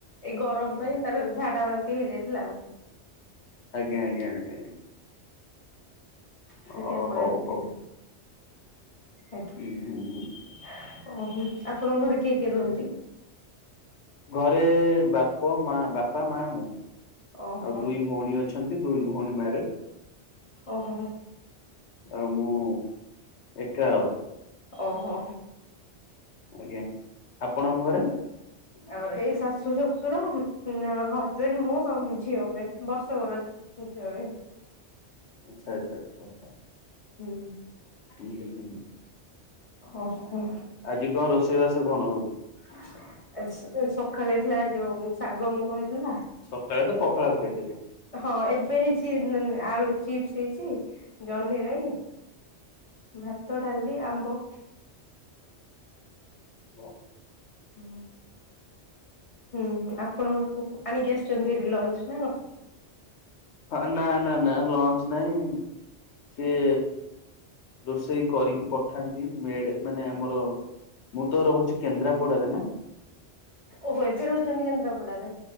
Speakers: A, on the left; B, on the left.
A: ଏଇ ଗରମ ପାଇଁ ତାର ଝାଡ଼ା ବାନ୍ତି ହେଇଯାଇ ଲାମ୍।
B: ଆଜ୍ଞା ଆଜ୍ଞା। ଆଜ୍ଞା।
A: ସେଥିପାଇଁ
B: ଅ
A: ପଳେଇ
B: ହଉ
A: ଆସିଥିଲି।
B: ହଉ
A: ଆଜ୍ଞା
B: ହୁଁ ହୁଁ ହୁଁ
A: ଓହୋ। ଆପଣଙ୍କ ଘରେ କିଏ କିଏ ରୁହନ୍ତି।
B: ଘରେ ବାପ ମା ବାପା ମା ମୁଁ।
A: ଓହୋ
B: ଆଉ ଦୁଇ ଭଉଣୀ ଅଛି। ଦୁଇ ଭଉଣୀ ମ୍ୟାରେଜ୍।
A: ଓହୋ।
B: ଆଉ ମୁଁ ଏକା ଆଉ
A: ଓ ହୋ।
B: ଆଜ୍ଞା ଆପଣଙ୍କ ଘରେ-
A: ଆଉ ଏଇ ଶାଶୁ ଶଶୁର ଉଁ ହଜବେଣ୍ଡ ମୁଁ ଆଉ ମୋ ଝିଅ ଏବେ ବର୍ଷ କର ଝିଅ ଏବେ।
B: ଆଛା ଆଛା।
A: ହୁଁ।
B: ହୁଁ ହୁଁ।
A: ଓହୋ
B: ଆଜି କଣ ରୋଷେଇବାସ କଣ ହଉଛି?
A: ଆଜ ଆଜ ସଖାଳେ। ନାଇ ଯୋଉ ଶାଗ ମୁଗ ହେଇଥିଲା
B: ସକାଳେ ତ ପଖାଳ ଖାଇଥିଲି।
A: ହଁ ଏବେ ହେଇଛି ଆଳୁ ଚିପ୍ସ, ହେଇଛି ଜହ୍ନିରାଇ, ଭାତ, ଡାଲି, ଆମ୍ବ
B: ହଁ।
A: ହ ହୁଁ ହଁ ଆ ଆପଣଙ୍କ ଆଣିକି ଆସିଛନ୍ତି ଲଞ୍ଚ ନା କଣ?
B: ହଁ ନା ନା ନା ଲଞ୍ଚ ନାହିଁ ଇଏ ରୋଷେଇ କରିକି ପଠାନ୍ତି ମେଡ ମାନେ ଆମର ମୁଁ ତ ରହୁଛି କେନ୍ଦ୍ରାପଡାରେ ନା।
A: ଓହୋ ଏଥେ ରହୁଛନ୍ତି କେନ୍ଦ୍ରାପଡ଼ାରେ।